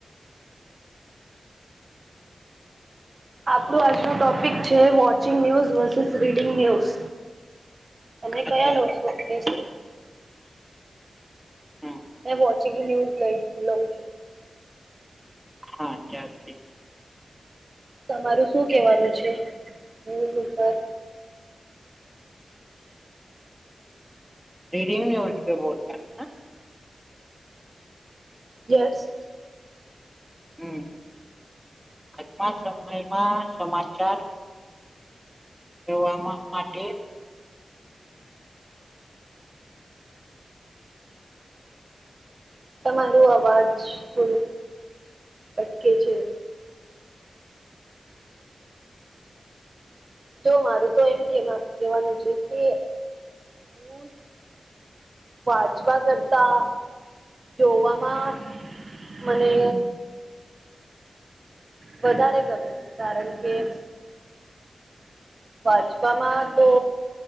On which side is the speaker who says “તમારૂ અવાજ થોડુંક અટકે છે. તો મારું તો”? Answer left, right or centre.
Right